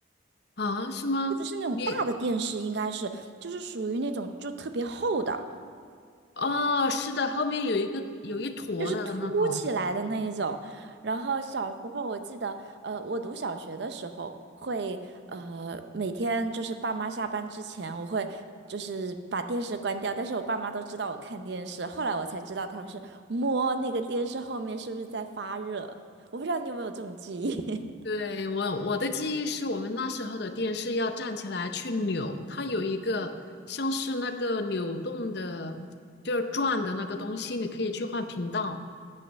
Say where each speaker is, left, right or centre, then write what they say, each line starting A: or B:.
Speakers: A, on the left; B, on the right.
A: 啊，是吗？
B: 或者是那种大的电视，
A: 你
B: 应该是就是属于那种就特别厚的，
A: 哦，是的，后面有一个有一坨的那种，
B: 就是凸起来的那一种。然后小时候我记得，呃，我读小学的时候会，呃，每天就是爸妈下班之前，我会就是把电视关掉，但是我爸妈都知道我看电视，后来我才知道他们是摸那个电视后面是不是在发热。我不知道你有没有这种记忆。<laughs>
A: 对，我我的记忆是我们那时候的电视要站起来去扭，它有一个像是那个扭动的，就是转的那个东西，你可以去换频道。